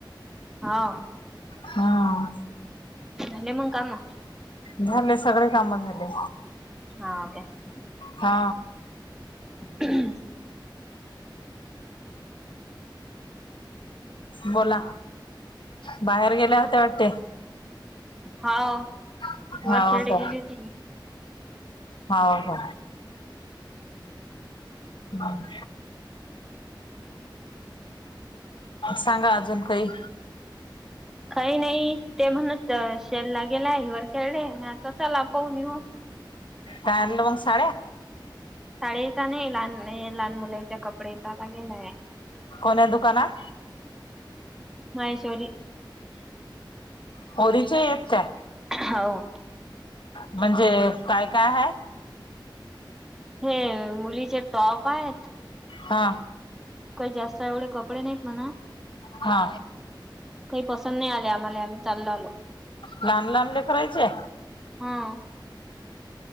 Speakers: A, in the centre; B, on the left.
A: हा
B: हां
A: झाले मंग कामं?
B: झाले सगळे कामं झाले.
A: हा काय.
B: हा.
A: <unintelligible>
B: बोला बाहेर गेल्या होत्या वाटते.
A: हा
B: हाव
A: हिवर खेळडे
B: का
A: गेली होती मी
B: हाव का. हम्.. सांगा अजून काही
A: काही नाही, ते म्हणत शेल लागेलाय वरखडेला ना, चला पाहुन येऊ.
B: काय आणल मग, साड्या
A: साड्या इत नाही, लहान -लहान मुलायचा कपडे लागे नाय
B: कोण्या.. दुकानात.
A: महेश्वरी
B: पोरीचे येत त्या
A: हाव
B: म्हणजे काय... काय.. हाय?
A: हे मुलीचे टॉप आहेत.
B: हा
A: कही जास्त एवढे कपडे नाहीत म्हणा.
B: हा
A: काही पसंत नाही आले आम्हाला, आम्ही चालो आलो.
B: लहान -लहान लेकराचे.
A: हा.. ओ..